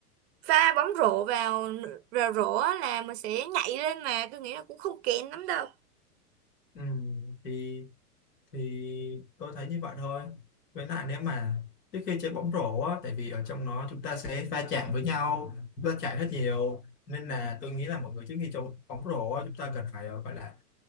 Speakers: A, on the right; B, on the left.
A: pha bóng rổ vào vào rổ á là mình sẽ nhảy lên mà tôi nghĩ là cũng không kén lắm đâu
B: Ừ, thì thì tôi thấy như vậy thôi. Với lại nếu mà trước khi chơi bóng rổ á, tại vì ở trong nó chúng ta sẽ va chạm với nhau, va chạm rất nhiều nên là tôi nghĩ là mọi người trước khi chơi bóng rổ á, chúng ta cần phải ờ, gọi là